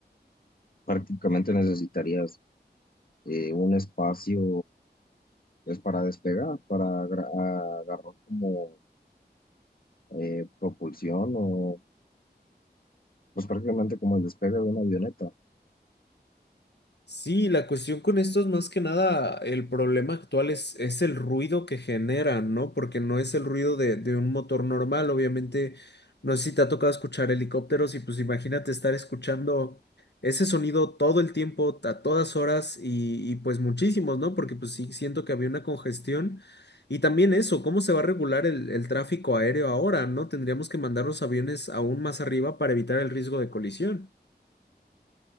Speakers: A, on the left; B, on the left.
A: prácticamente necesitarías eh, un espacio pues para despegar, para agra- agarrar como eh, propulsión o pues prácticamente como el despegue de una avioneta.
B: Sí, la cuestión con esto es más que nada, el problema actual es, es el ruido que generan, ¿no? Porque no es el ruido de, de un motor normal, obviamente, no sé si te ha tocado escuchar helicópteros y pues imagínate estar escuchando ese sonido todo el tiempo, a todas horas y, y pues muchísimos, ¿no? Porque pues sí, siento que había una congestión. Y también eso, ¿cómo se va a regular el, el tráfico aéreo ahora, ¿no? Tendríamos que mandar los aviones aún más arriba para evitar el riesgo de colisión.